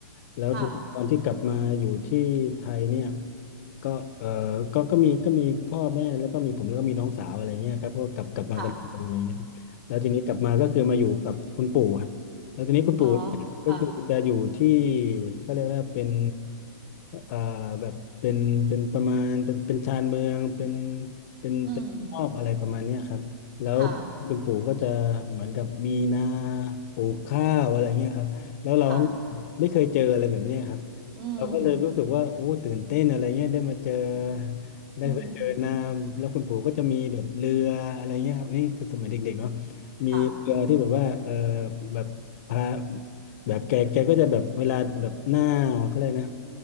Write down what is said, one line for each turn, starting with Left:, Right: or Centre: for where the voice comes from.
Left: แล้วทีนี้ตอนที่กลับมาอยู่ที่ไทยเนี่ย
Right: ค่ะ
Left: ก็เออก็ก็มีก็มีพ่อแม่แล้วก็มีผมแล้วก็มีน้องสาวอะไรเงี้ยครับก็กลับกลับมากันมเยอะไรเงี้ยครับแล้วทีนี้กลับมาก็คือมาอยู่กับคุณปู่ครับแล้วทีนี้คุณปู่เนี่ยก็คือจะอยู่ที่
Right: ค่ะอ๋อค่ะ
Left: ก็เรียกว่าเป็นเอ่อแบบเป็นเป็นประมาณเป็นเป็นชานเมืองเป็นเป็นเป็นนอกอะไรประมาณเนี้ยครับแล้วคุณปู่ก็จะเหมือนกับมีนา
Right: อืมค่ะ
Left: ปลูกข้าวอะไรเงี้ยครับแล้วเรา
Right: ค่ะ
Left: ไม่เคยเจออะไรแบบเนี้ยครับ
Right: อืม
Left: เราก็เลยรู้สึกว่าโอ้ตื่นเต้นอะไรเงี้ยได้มาเจอได้ไปเจอน้ำแล้วคุณปู่ก็จะมีแบบเรืออะไรเงี้ยครับนี่คือสมัยเด็กๆเนาะ
Right: อืม
Left: มีเรือที่แบบว่าเออ
Right: ค่ะ
Left: แบบพาแบบแกแกก็จะแบบเวลาแบบหน้าเขาเลยกนะ